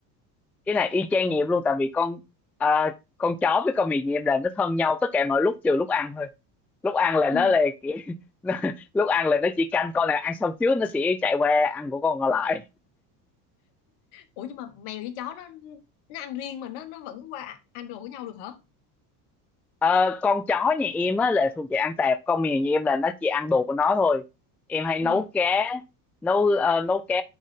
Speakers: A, in the centre; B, on the left.
A: cái này y chang như em luôn tại vì con à, con chó với con mèo như em là nó thân nhau tất cả mọi lúc trừ lúc ăn thôi lúc ăn là
B: ừ.
A: nó là kiểu, <laughs> nó, lúc ăn là nó chỉ canh con này ăn xong trước nó sẽ chạy qua ăn của con còn lại
B: ủa nhưng mà mèo với chó nó nó ăn riêng mà nó nó vẫn qua ăn đồ của nhau được hả
A: Ờ, con chó nhà em á là thuộc về ăn tạp con mèo nhà em là nó chỉ ăn đồ của nó thôi em hay
B: ừ
A: nấu cá nấu ờ, nấu cá